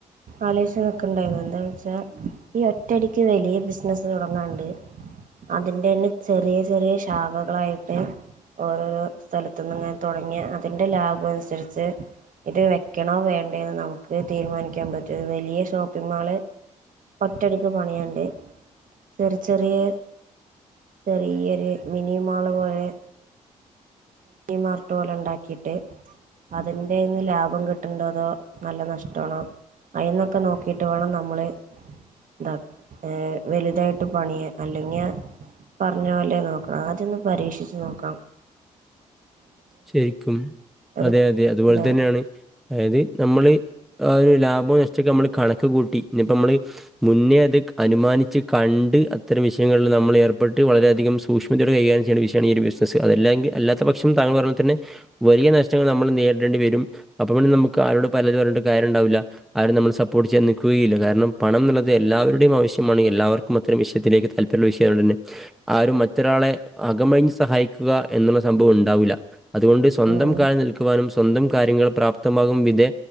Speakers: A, on the right; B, in the centre.
A: ആലോയിച്നോക്ക്ണ്ടായിരുന്നു എന്താ വെച്ചാ ഈ ഒറ്റടിക്ക് വലിയ ബിസിനസ് തുടങ്ങാണ്ട്. അതിന്റെ തന്നെ ചെറിയ ചെറിയ ശാഖകളായിട്ട് ഓരോരോ സ്ഥലത്തുന്നും ങ്ങ തുടങ്ങ്യ അതിന്റെ ലാഭം അനുസരിച്ച് ഇത് വെക്കണോ വേണ്ടന്ന് നമുക്ക് തീരുമാനിക്കാൻ പറ്റൂ. വലിയ ഷോപ്പിംഗ് മാൾ ഒറ്റടിക്ക് പണിയണ്ട് ചെറി ചെറിയ ചെറിയൊരു മിനി മാൾ പോലെ മാർട്ട് പോലെ ഉണ്ടാക്കിയിട്ട് അതിന്റെന്ന് ലാഭം കിട്ട്ണ്ടോ അതോ നല്ല നഷ്ടാണോ? അയിന്നൊക്കെ നോക്കിട്ട് വേണം നമ്മൾ ഇതാ ഏഹ് വലുതായിട്ട് പണിയ അല്ലെങ്കിൽ പറഞ്ഞ പോലെ നോക്കാ ആദ്യ ന്ന് പരീക്ഷിച്ച് നോക്കാ.
B: ശരിക്കും
A: ഒരു
B: അതെ അതെ അതുപോലെ
A: ഇതാവും
B: തന്നെയാണ് അതായത് നമ്മള് ആ ഒരു ലാഭം നഷ്ടക്കെ നമ്മള് കണക്ക് കൂട്ടി ഇനിപ്പോൾ നമ്മൾ മുന്നേ അത് അനുമാനിച്ച് കണ്ട് അത്തരം വിഷയങ്ങളിൽ നമ്മൾ ഏർപ്പെട്ട് വളരെയധികം സു സൂക്ഷ്മതയുടെ കൈകാര്യം ചെയേണ്ട വിഷയാണ് ഈ ഒരു ബിസിനസ്. അതല്ലാങ്കി അല്ലാത്ത പക്ഷം താങ്കൾ പർ തന്നെ വലിയ നഷ്ടങ്ങൾ നമ്മൾ നേരിടേണ്ടി വരും. അപ്പൊ പിന്നെ നമുക്ക് ആരോട് പരാതി പറഞ്ഞിട്ട് കാര്യം ഉണ്ടാവില്ല. ആരും നമ്മൾ സപ്പോർട്ട് ചെയ്യാൻ നിൽക്കുകയില്ല കാരണം പണം എന്നുള്ളത് എല്ലാവരുടെയും ആവശ്യമാണ് എല്ലാവർ മത്തരം വിഷയത്തിലേക്ക് താല്പര്യ വിഷയാണന്നെ ആരും മറ്റൊരാളെ അകമഴിഞ്ഞ് സഹായിക്കുക എന്നുള്ള സംഭവം ഉണ്ടാവുല്ല അതുകൊണ്ട് സ്വന്തം
A: ഉം
B: കാൽ നിൽക്കുവാനും സ്വന്തം കാര്യങ്ങൾ പ്രാപ്തമാകും വിധേ